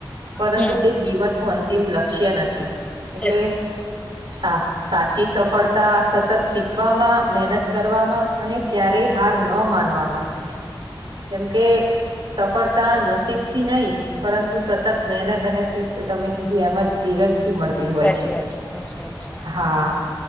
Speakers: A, on the right; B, on the left.
A: પરંતુ
B: હમ
A: તે જીવન નું અંતિમ લક્ષ્ય નથી એટલે
B: સાચી વાત છે.
A: સાફ સાચી સફળતા સતત શીખવામાં મહેનત કરવામાં અને ક્યારેય હાર ન માનવામાં કેમ કે સફળતા નસીબ થી નહી પરંતુ સતત મહેનત અને તમે કીધું એમાં જ ધીરજથી મળતી હોય
B: સાચી
A: છે
B: વાત સાચી વાત છે
A: હા